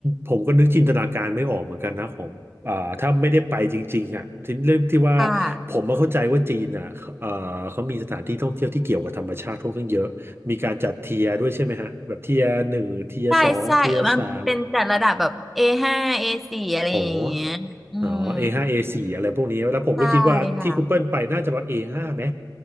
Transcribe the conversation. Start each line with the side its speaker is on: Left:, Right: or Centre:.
Right: ผมก็นึกจินตนาการไม่ออกเหมือนกันนะของอ่าถ้าไม่ได้ไปจริงๆอ่ะทีเรื่องที่ว่า
Centre: ค่ะ
Right: ผมมาเข้าใจว่าจีนอ่ะเอ่อเขามีสถานที่ท่องเที่ยวที่เกี่ยวกับธรรมชาติค่อนข้างเยอะมีการจัดเทียร์ด้วยใช่ไหมฮะแบบเทียร์หนึ่งเทียร์สองเทียร์สาม
Centre: ใช่ใช่ มันเป็นจัดระดับแบบ A ห้า A สี่อะไรอย่างเงี้ยอืม
Right: อ๋อ อ๋อ A5 A4 อสี่อะไรพวกนี้ แล้วผมก็คิดว่าที่คุณเปิ้ลไปน่าจะมา
Centre: ใช่ค่ะ
Right: A5 ไหม